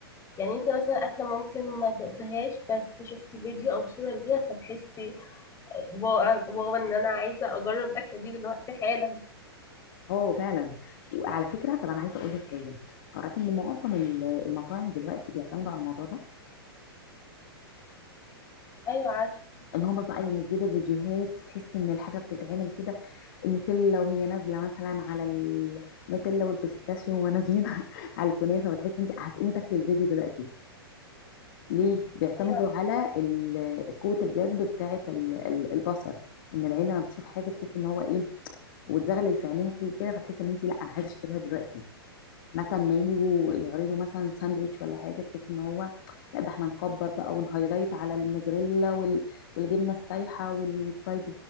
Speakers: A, on the left; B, on the left.
A: يعني انت مثلا اكله ممكن ما دقتهاش بس شفتي فيديو او صوره ليها فتحسي واو واو ان انا عايزه اجرب الاكله دي دلوقتي حالا
B: اه فعلا وعلى فكره طب انا عايزه اقول لك حاجه تعرفي ان معظم ال- المطاعم دلوقتي بيعتمدوا على الموضوع ده
A: ايوه عارفه
B: ان هم بقى ينزلوا فيديوهات تحس ان الحاجه بتتعمل كده النوتيلا وهي نازله مثلا على ال- النوتيلا والبيستاشيو وهما نازلين <laughs> على الكنافه فتحس انت هتقومي تاكلي الفيديو دلوقتي ليه بيعتمدوا
A: ايوه
B: على ال- قوه الجذب بتاعه ال- ال- البصر ان العين لما بتشوف حاجه تحس ان هو ايه وتزغلل في عينيها كي- كده فتحس ان انت لا انا عايزه اشتريها دلوقتي مثلا ما يجوا يعرضوا مثلا ساندويتش ولا حاجه تحس ان هو لا ده احنا نكبر بقى ونهايلايت على الموزاريلا وال... والجبنه السايحه والفرايد